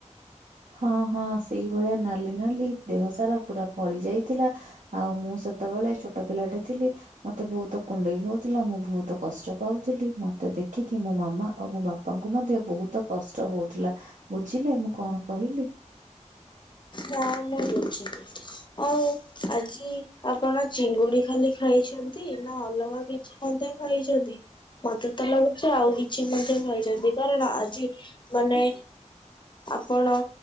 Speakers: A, on the right; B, on the left.
A: ହଁ ହଁ ସେଇଭଳିଆ ନାଲି ନାଲି ଦେହ ସାରା ପୁରା ଫଳି ଯାଇଥିଲା। ଆଉ ମୁଁ ସେତେବେଳେ ଛୋଟ ପିଲାଟେ ଥିଲି ମତେ ବହୁତ କୁଣ୍ଡେଇ ହଉଥିଲା ମୁଁ ବହୁତ କଷ୍ଟ ପାଉଥିଲି ମତେ ଦେଖିକି ମୋ ମାମା ଆଉ ମୋ ବା ତାଙ୍କୁ ମଧ୍ୟ ବହୁତ କଷ୍ଟ ହଉଥିଲା ବୁଝିଲେ ମୁଁ କଣ କହିଲି?
B: ହଁ ମୁଁ ଦୋଉଛି ଆଉ ଆଜି ଆପଣ ଚିଙ୍ଗୁଡି ଖାଲି ଖାଇଛନ୍ତି ନା ଅଲଗା କି କି ମଧ୍ୟ ଖାଇଛନ୍ତି ମତେ ତ ଲାଗୁଛି ଆଉ କିଛି ମଧ୍ୟ ଖାଇଛନ୍ତି। କାରଣ ଆଜି ମାନେ ଆପଣ